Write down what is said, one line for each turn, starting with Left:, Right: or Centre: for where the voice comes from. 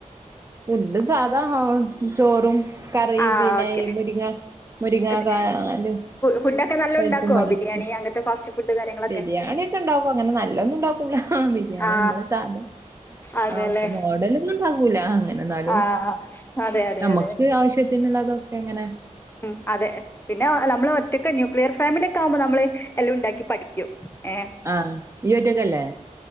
Right: ഉണ്ട് സാധാ ആ ചോറും കറി
Left: ആ
Right: പിന്നെ
Left: ഓക്കെ
Right: മുരിങ്ങ മുരിങ്ങ
Left: അതെ
Right: കാാലും
Left: ഫുഡൊക്കെ നല്ല
Right: പരിപ്പും
Left: ഉണ്ടാക്കുവോ
Right: പാടിട്ടിട്ട്
Left: ബിരിയാണി അങ്ങനത്തെ ഫാസ്റ്റ് ഫുഡ് കാര്യങ്ങളൊക്കെ
Right: ബിരിയാണി ഒക്കെ ഉണ്ടാക്കും അങ്ങനെ നല്ലൊന്നും ഉണ്ടാക്കൂല ബിരിയാണി
Left: ആ
Right: നമ്മള് സാധ
Left: അതെല്ലേ
Right: ആ മോഡലൊന്നുംണ്ടാകൂല എന്നാലും
Left: ആ അതെ അതെ
Right: നമുക്ക്
Left: അതെ
Right: ആവശ്യത്തിനുള്ളതൊ എങ്ങനെ
Left: ഉം അതെ പിന്നെ നമ്മള് ഒറ്റക്കെ ന്യൂക്ലിയർ ഫാമിലിയ ഒക്കെ ആകുമ്പോൾ നമ്മള് എല്ലാം ഉണ്ടാക്കി പഠിക്കും ഏ
Right: ആ ഇയ് ഒറ്റക്കല്ലേ